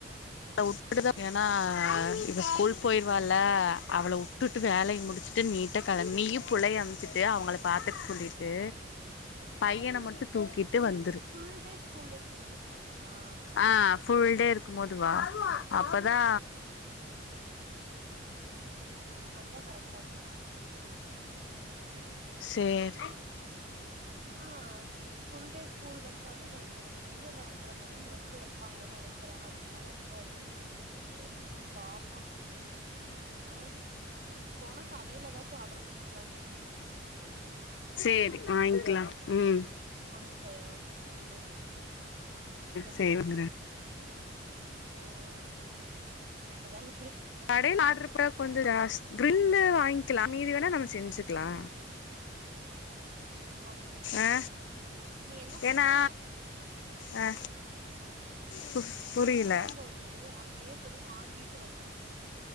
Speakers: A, on the left (about 65°); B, on the right (about 50°).
A: ளா உட்டுட்டு தா ஏனா இவ ஸ்கூல் போய்ருவா
B: சரி, சரி.
A: இல்ல அவ்வள உட் உட்டுட்டு வேலய முடிச்சட்டு
B: ம்,
A: நீட்டா கெளம் நீயு புள்ளைய அம் வெச்சிட்டு அவங்கள பாத்துக்க சொல்லிட்டு பையன
B: ம்.
A: மட்டு தூக்கிட்டு வந்துரு
B: ஃபுல் டே ஸ்கூல் இருக்கிற அன்னைக்கு வரட்டுமா?
A: ஆ ஃபுல்டே இருக் த்து வா அப்பதா
B: அதா கரெக்டா இருக்கு
A: சேரி
B: ஆ ஃபுல்டே ஸ்கூல் வெச்சாலு இவளுக்கு எனக்கு தெரிஞ்சு ஒரு ரெண்டர மணி வரைக்கு வெப்பாங்கன் நெனைக்கிறே அதுக்கு மேல இருக்காது எப்டின் பாப்போ ம் போன கடைல எதாச்சு ஆடர் பண்ணிக்கலான்டி
A: சேரி வாங்க்லா ம்
B: ஒண்ணு செய்ய வேண்டாண்டி சரியா
A: செய்வாங்கற
B: ம் எதாது
A: கடைல ஆடர் கொஞ்சோ ஜாஸ் கிரில்லு வாங் க்கலா மீதி வேனா நம்ம செஞ்சுக்லா
B: ஓகே
A: ஆ
B: நீ என்ன பண்ற
A: ஏன்னா ஆ
B: <inaudible>
A: பு புரியல
B: வரும்போது அப்படியே போய் வாங்கிட்டு வந்துரு